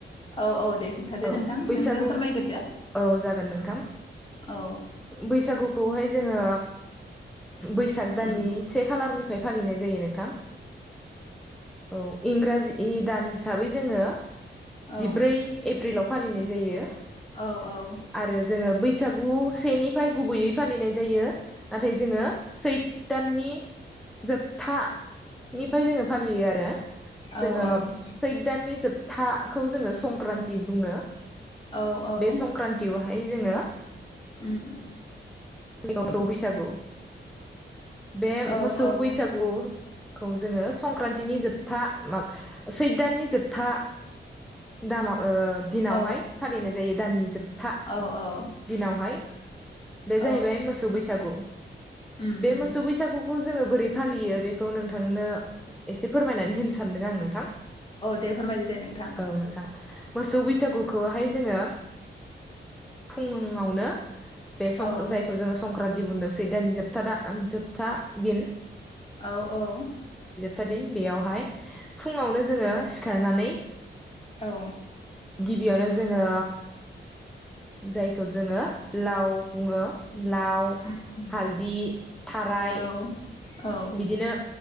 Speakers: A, on the left; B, in the centre.
A: औ औ दे खोन्थादो
B: औ
A: नोंथां
B: बैसागु
A: नोंनो फोरमायग्रोदो
B: औ जागोन नोंथां
A: औ
B: बैसागुखौहाय जोङो बैसाग दाननि
A: उम
B: से खालारनि बेफ्राय फालिनाय जायो नोंथां। औ इंराजि गोदान हिसाबै जोङो जिब्रै
A: औ
B: एप्रिलाव फालिनाय जायो
A: औ औ
B: आरो जोङो बैसागु बैसागु सेनिफ्राय गुबैयै फालिनाय जायो नाथाय जोङो सैथ दाननि जोबथा निफ्राय जोङो फालियो आरो
A: औ
B: जोङो
A: औ
B: सैथ दाननि जोबथाखौ जोङो संक्रान्ति बुङो
A: औ औ
B: बे संक्रान्तियाव बाहाय जोङो
A: उम
B: <unintelligible> बैसागु बे
A: औ
B: मोसौ
A: औ
B: बैसागु खौ जोङो संक्रान्तिनि जोबथा माब सैथ दाननि जोबथा दानाव ओ दिनावहाय
A: औ
B: फालिनाय जायो। दाननि जोब था
A: औ औ
B: दिनावहाय बे
A: औ
B: जाहैबाय मोसौ बैसागु
A: उम
B: बे
A: उम
B: मोसौ बैसागुखौ जोङो बोरै फालियो बेखौ नोंथां नो एसे फोरमायनानै होनो सानदों आं नोंथां। औ
A: दे फोरमायदो दे नोंथां
B: नोंथां मोसौ बैसागुखौहाय जोङो फुङावनो बे सं
A: औ
B: जायखौ जोङो संक्रान्ति बुंदोंसै दान जोबथा द जोबथा। दिन
A: औ औ।
B: था दिन बेयावहाय फुङावनो जोङो सि खारनानै
A: औ
B: गिबियावनो जोङो जायखौ जोङो लाव बुङो लाव
A: उम
B: हालदि थाराय
A: औ औ
B: बिदिनो